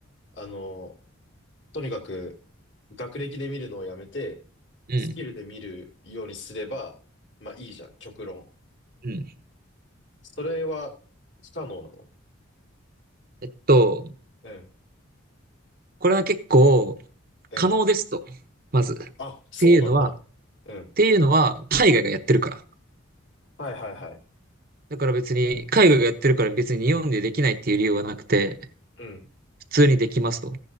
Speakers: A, on the left; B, on the right.
A: あの、とにかく学歴で見るのをやめて、
B: うん、
A: スキルで見るようにすれば、まあいいじゃん、極論。
B: うん。
A: それは不可能なの
B: えっと、
A: うん、
B: これは結構
A: うん。
B: 可能ですと、まず。っ
A: あ、そうなんだ。
B: ていうのは、っ
A: うん。
B: ていうのは海外がやってるから。
A: はいはいはい。
B: だから別に、海外がやってるから別に日本でできないっていう理由はなくて、
A: うん、
B: 普通にできますと。